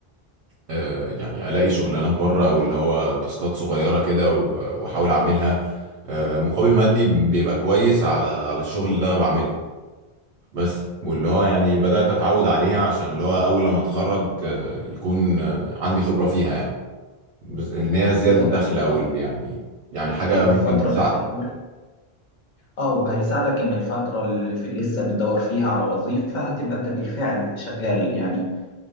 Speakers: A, on the right (about 70°); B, on the left (about 50°).
A: آه، يعني ألاقي شغلانات بره أو اللي هو تاسكات صغيرة كده و- وأحاول أعملها آه، مقابل مادي بيبقى كويس على على الشغل اللي أنا بعمله بس واللي هو يعني بدأت أتعود عليها عشان اللي هو أول لما أتخرج آه، يكون آه، عندي خبرة فيها يعني. بز- ان هي زياده
B: بالظبط
A: دخل
B: والفترة
A: او ال- يعني يعني حاجه
B: والفترة
A: ممكن تساعدك
B: اللي في الأول أه وهيساعدك إن الفترة اللي في لسه بتدور فيها على وظيفة هتبقى أنت بالفعل شغال يعني